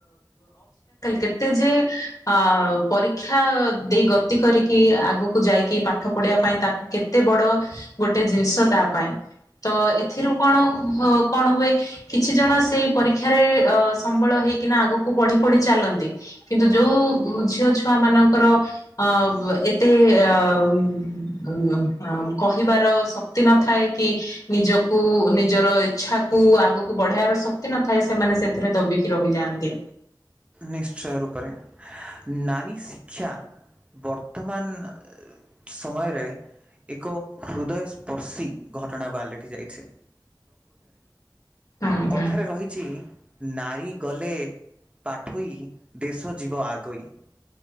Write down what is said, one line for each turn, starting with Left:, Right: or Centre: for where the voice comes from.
Left: କେତେ ଯେ ଅ ପରୀକ୍ଷା ଦେଇ ଗତି କରିକି ଆଗକୁ ଯାଇକି ପାଠ ପଢିବା ପାଇଁ ତାକୁ କେତେ ବଡ ଗୋଟେ ଜିନିଷ ତା ପାଇଁ ତ ଏଥିରୁ କଣ କଣ ହୁଏ। କିଛି ଜଣ ସେଇ ପରୀକ୍ଷାରେ ସମ୍ବଳ ହେଇକିନା ଆଗକୁ ପଢି ପଢି ଚାଲନ୍ତି। କିନ୍ତୁ ଯୋଉ ଝିଅ ଛୁଆ ମାନଙ୍କର ଅ ଏତେ ଉମ୍ ହଁ କହିବାର ଶକ୍ତି ନଥାଏ କି ନିଜକୁ ନିଜର ଇଚ୍ଛା କୁ ଆଗକୁ ବଢେଇବାର ଶକ୍ତି ନଥାଏ ସେମାନେ ସେ ଶେଷରେ ଦବିକି ରହିଯାଆନ୍ତି।
Right: ନିଶ୍ଚୟ ରୂପରେ ନାରୀ ଶିକ୍ଷା ବର୍ତ୍ତମାନ ସମୟରେ ଏକ ହୃଦୟ ସ୍ପର୍ଶୀ ଘଟଣା ବାଲଟି ଯାଇଛି।
Left: ହୁଁ ହୁଁ
Right: କଥାରେ
Left: ହୁଁ ହୁଁ ହୁଁ
Right: ରହିଛି ନାରୀ ଗଲେ ପାଠୋଇ ଦେଶ ଯିବ ଆଗେଇ।